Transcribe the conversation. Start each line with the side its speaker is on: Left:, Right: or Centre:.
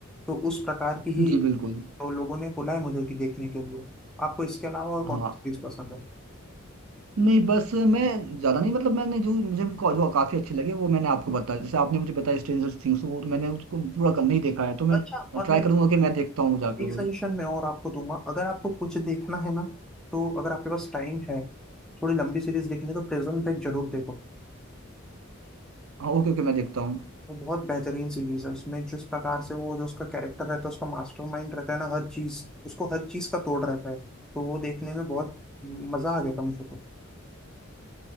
Centre: तो उस प्रकार की ही
Right: जी बिल्कुल
Centre: तो लोगों ने बोला है मुझे कि देखने के लिए आपको इसके अलावा और कौन
Right: हाँ
Centre: सी सीरीज पसंद है
Right: नहीं बस मैं ज़्यादा नहीं मतलब मैंने जो मुझे को- जो काफ़ी अच्छे लगे वो मैंने आपको बताया जैसे आपने मुझे बताया स्ट्रेंजर थिंग्स वो तो मैंने उसको पूरा कर नहीं देखा है तो मैं
Centre: अच्छा और
Right: ट्राई
Centre: मैं
Right: करूंगा कि मैं देखता हूँ जाकर
Centre: एक
Right: वो
Centre: सजेशन मैं और आपको दूंगा अगर आपको कुछ देखना है ना तो अगर आपके पास टाइम है थोड़ी लंबी सीरीज देखनी है तो प्रिजन ब्रेक जरूर देखो
Right: हाँ ओके ओके मैं देखता हूँ
Centre: वो बहुत बेहतरीन सीरीज है उसमें जिस प्रकार से वो जो उसका कैरेक्टर रहता है उसका मास्टरमाइंड रहता है ना हर चीज उसको हर चीज का तोड़ रहता है तो वो देखने में बहुत मजा आ गया था मुझे तो